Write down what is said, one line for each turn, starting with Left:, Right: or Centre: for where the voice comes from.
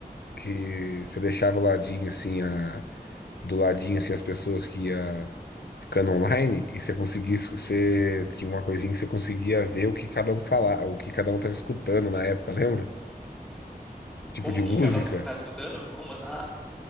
Left: que você deixava o ladinho, assim, a, do ladinho, assim, as pessoas que ia ficando online e você conseguia, es- você tinha uma coisinha que você conseguia ver o que cada um falava, o que cada um tava escutando na época, lembra? Tipo
Centre: como
Left: de música
Centre: que cada um tá escutando? Como... Ah,